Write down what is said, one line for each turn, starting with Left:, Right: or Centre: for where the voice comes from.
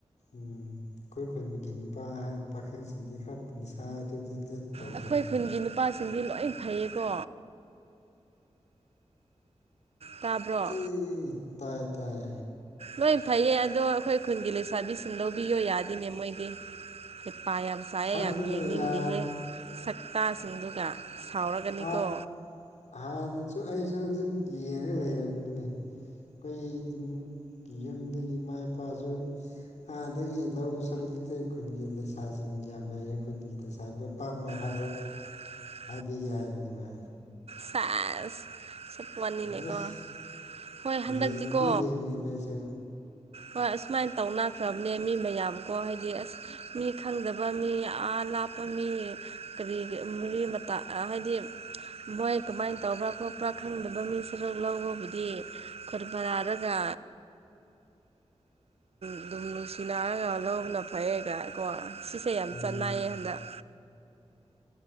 Left: ꯑꯩꯈꯣꯏ ꯈꯨꯟꯒꯤ ꯅꯨꯄꯥ ꯄꯥꯈꯪꯁꯤꯡꯗꯤ ꯈꯔ ꯅꯤꯁꯥ ꯑꯗꯨꯗ ꯇꯧꯗꯦꯅ
Right: ꯑꯩꯈꯣꯏ ꯈꯨꯟꯒꯤ ꯅꯨꯄꯥꯁꯤꯡꯗꯤ ꯂꯣꯏ ꯐꯩꯌꯦꯀꯣ ꯇꯥꯕ꯭ꯔꯣ
Left: ꯑꯩ ꯇꯥꯏ ꯇꯥꯏ
Right: ꯂꯣꯏ ꯐꯩꯌꯦ ꯑꯗꯣ ꯑꯩꯈꯣꯏ ꯈꯨꯟꯒꯤ ꯂꯩꯁꯥꯕꯤꯁꯤꯡ ꯂꯧꯕꯤꯌꯣ ꯌꯥꯗꯦꯅꯦ ꯃꯣꯏꯗꯤ ꯄꯥ ꯌꯥꯝ ꯁꯥꯏꯌꯦ
Left: ꯈꯪꯗꯦꯅꯦ
Right: ꯌꯥꯝ ꯌꯦꯡꯅꯤꯡꯗꯦꯍꯦ
Left: ꯌꯥ
Right: ꯁꯛꯇꯥꯁꯤꯡꯗꯨꯒ ꯁꯥꯎꯔꯒꯅꯤꯀꯣ
Left: ꯍꯥꯟ ꯍꯥꯟꯅꯁꯨ ꯑꯩꯁꯨ ꯑꯗꯨꯝ ꯌꯦꯡꯉ ꯂꯩꯔꯝꯅꯤꯅꯦ ꯑꯩꯈꯣꯏ ꯌꯨꯝꯗꯒꯤ ꯏꯃꯥ ꯏꯄꯥꯁꯨ ꯑꯥꯗꯒꯤ ꯂꯧꯕ ꯁꯔꯨꯛꯇꯨꯗꯤ ꯈꯨꯟꯒꯤ ꯂꯩꯁꯥꯁꯤꯡ ꯌꯥꯝ ꯂꯩꯌꯦ ꯈꯨꯟꯒꯤ ꯂꯩꯁꯥꯗꯨ ꯑꯄꯥꯝꯕ ꯍꯥꯏ
Right: <unintelligible>
Left: ꯕꯤꯌꯥꯅꯤꯕ
Right: ꯁꯦꯁ ꯃꯅꯤꯅꯦꯀꯣ
Left: ꯑꯁ
Right: ꯍꯣꯏ ꯍꯟꯗꯛꯇꯤꯀꯣ
Left: ꯌꯦꯡꯕꯗꯤ ꯌꯦꯡꯕꯅꯦꯕ ꯑꯩꯁꯨ
Right: ꯍꯣꯏ ꯑꯁꯨꯃꯥꯏꯅ ꯇꯧꯅꯈ꯭ꯔꯕꯅꯦ ꯃꯤ ꯃꯌꯥꯝꯀꯣ ꯍꯥꯏꯗꯤ ꯑꯁ ꯃꯤ ꯈꯪꯗꯕ ꯃꯤ ꯌꯥꯝ ꯂꯥꯞ ꯃꯤ ꯀꯔꯤ ꯃꯔꯤ ꯃꯇꯥ ꯍꯥꯏꯗꯤ ꯃꯣꯏ ꯀꯃꯥꯏꯅ ꯇꯧꯕ꯭ꯔꯥ ꯈꯣꯠꯄ꯭ꯔꯥ ꯈꯪꯗꯕ ꯃꯤꯁꯤꯔ ꯂꯧꯕꯕꯨꯗꯤ ꯈꯨꯟ ꯃꯥꯟꯅꯔꯒ ꯑꯗꯨꯝ ꯅꯨꯡꯁꯤꯅꯔꯒ ꯂꯧꯕꯅ ꯐꯩꯌꯦ ꯀꯣ ꯁꯤꯁꯦ ꯌꯥꯝ
Left: ꯎꯝ
Right: ꯆꯠꯅꯩꯌꯦ ꯍꯟꯗꯛ